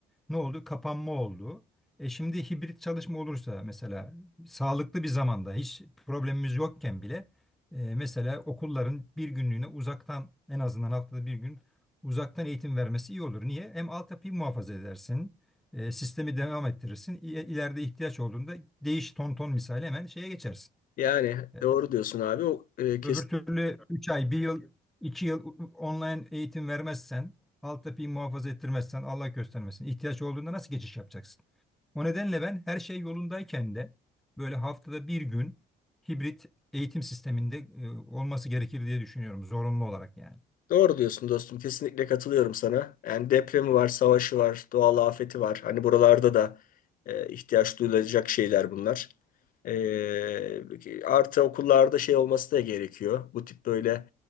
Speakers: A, in the centre; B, on the left.
A: ne oldu? Kapanma oldu. E şimdi hibrit çalışma olursa mesela sağlıklı bir zamanda hiç problemimiz yokken bile e, mesela okulların bir günlüğüne uzaktan en azından haftada bir gün uzaktan eğitim vermesi iyi olur. Niye? Hem altyapıyı muhafaza edersin. E, sistemi devam ettirirsin. İ- İleride ihtiyaç olduğunda değiş ton ton misali hemen şeye geçersin.
B: yani
A: E,
B: doğru diyorsun abi. O, e, kesin
A: Öbür türlü 3 ay, bir yıl, 2 yıl online eğitim vermezsen, alt yapıyı muhafaza ettirmezsen Allah göstermesin. ihtiyaç olduğunda nasıl geçiş yapacaksın? O nedenle ben her şey yolundayken de böyle haftada bir gün hibrit eğitim sisteminde e, olması gerekir diye düşünüyorum zorunlu olarak yani.
B: Doğru diyorsun dostum. Kesinlikle katılıyorum sana. Yani depremi var, savaşı var, doğal afeti var. Hani buralarda da e, ihtiyaç duyulacak şeyler bunlar. E, artı okullarda şey olması da gerekiyor. Bu tip böyle